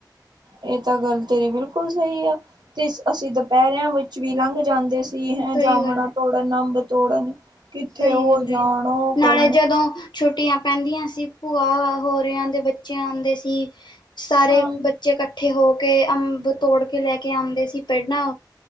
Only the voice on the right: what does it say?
ਇਹ ਤਾ ਗੱਲ ਤੇਰੀ ਬਿਲਕੁਲ ਸਹੀ ਆ। ਤੇ, ਅਸੀਂ ਦੁਪਹਿਰਿਆਂ ਵਿੱਚ ਵੀ ਲੰਘ ਜਾਂਦੇ ਤੀ, ਹੈ
ਜਾੰਮਣਾ
ਤੋੜਨ, ਅੰਬ ਤੋੜਨ ਕਿੱਥੇ
ਉਹ
ਜਾਣ
ਉਹ
ਕਰਨ
ਹਾਂ